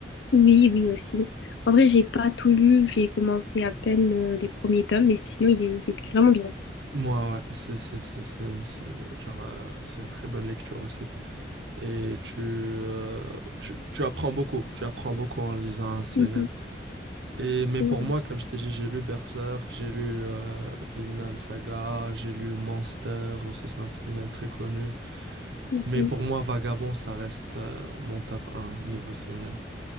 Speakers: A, on the left (about 80°); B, on the right (about 80°).
A: oui, oui aussi. En vrai, j'ai pas tout lu, j'ai commencé à peine euh, les premiers tomes, mais sinon, il est, il était vraiment bien.
B: Moi, ouais, c'est c'est- c'est- c'est- c'est- genre, euh, c'est une très bonne lecture aussi. Et tu, euh, tu, tu apprends beaucoup, tu apprends beaucoup en lisant un CNN.
A: Mhm,
B: Et, mais
A: c'est
B: pour
A: vrai.
B: moi, comme je t'ai dit, j'ai lu Berserk, j'ai lu euh, Vinland Saga, j'ai lu Monster, aussi c'est un CNN très connu.
A: Mhm.
B: Mais pour moi, Vagabond, ça reste euh, mon top 1 niveau CNN.